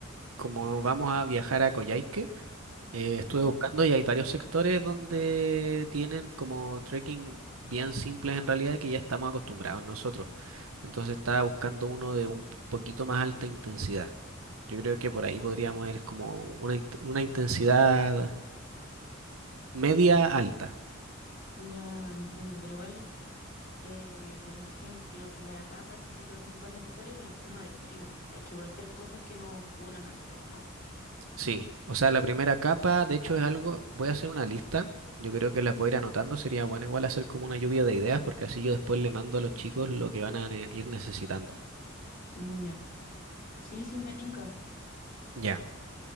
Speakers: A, on the right; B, on the left.
A: como vamos a viajar a Coyhaique, eh, estuve
B: Ujú.
A: buscando y hay varios sectores donde tienen como trekking bien simples en realidad que ya estamos acostumbrados nosotros. Entonces estaba buscando uno de un poquito más alta intensidad. Yo creo que por ahí podríamos ir como una, int- una intensidad media alta.
B: Ya entiendo, pero igual, eh, por ejemplo, primera capa, eso yo creo que es súper necesario por el tema del frío. Hay que igual ver cosas que nos cubran harto, ¿no?
A: Sí, o sea, la primera capa, de hecho, es algo, voy a hacer una lista, yo creo que las voy a ir anotando, sería bueno igual hacer como una lluvia de ideas, porque así yo después le mando a los chicos lo que van a ne- ir necesitando.
B: Mm, Ya. Sí, sí, me tinca.
A: Ya,